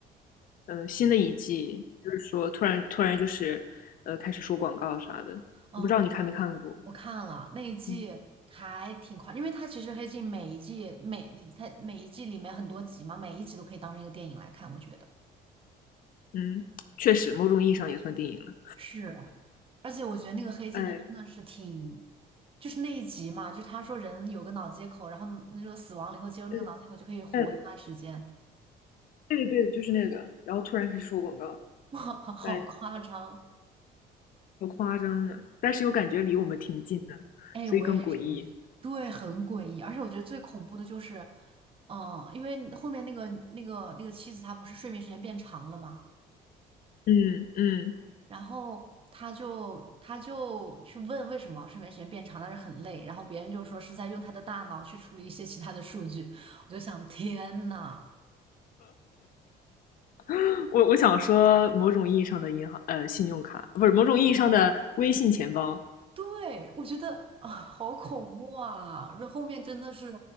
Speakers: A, on the left (about 55°); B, on the right (about 35°).
A: 嗯、呃新的一季，就是说突然突然就是呃开始说广告啥的，
B: 嗯，
A: 不知道你看没看过？
B: 对，我看了那一季还挺快，
A: 嗯
B: 因为它其实《黑镜》每一季每它每一季里面很多集嘛，每一集都可以当成一个电影来看，我觉得。
A: 嗯，确实，某种意义上也算电影了。
B: 是，而且我觉得那个《黑镜》它真的是挺，
A: 哎，
B: 就是那一集嘛，就是他说人有个脑接口，然后那个死亡了以后接入那个脑接口就可以活一段时间，
A: 对嗯，对的对的，就是那个，然后突然开始说广告，
B: 哇，好夸张！
A: 哎，好夸张啊！但是又感觉离我们挺近的，
B: 哎，
A: 所以更诡异。
B: 我也是这么觉得，对，很诡异，而且我觉得最恐怖的就是，嗯，因为后面那个那个那个妻子她不是睡眠时间变长了嘛，
A: 嗯嗯，
B: 然后她就她就去问为什么睡眠时间变长，但是很累，然后别人就说是在用她的大脑去处理一些其他的数据，我就想天呐，
A: <laughs> 我我想说，某种意义上的银行呃信用卡，不是某种意义上的微信钱包，
B: 对，我觉得啊，好恐怖啊，这后面真的是，